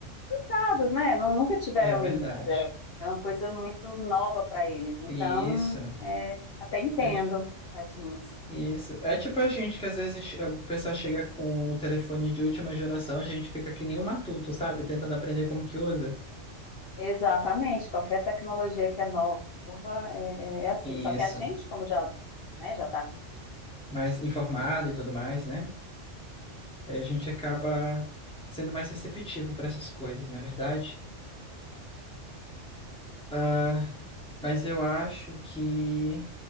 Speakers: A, on the left (about 60°); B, in the centre.
A: picados, né? Não, nunca tiveram
B: É verdade.
A: isso. Era uma coisa muito nova para eles. Então,
B: Isso.
A: é, até entendo,
B: É, ti-
A: tadinhos.
B: isso. É tipo a gente que às vezes eh, o pessoal chega com o telefone de última geração, a gente fica que nem um matuto, sabe? Tentando aprender como que usa.
A: Exatamente, qualquer tecnologia que é nova é, é é assim.
B: Isso.
A: Só que a gente, como já, né, já tá,
B: Mais informado e tudo mais, né? Aí a gente acaba sendo mais receptivo para essas coisas, não é verdade? Ah, mas eu acho que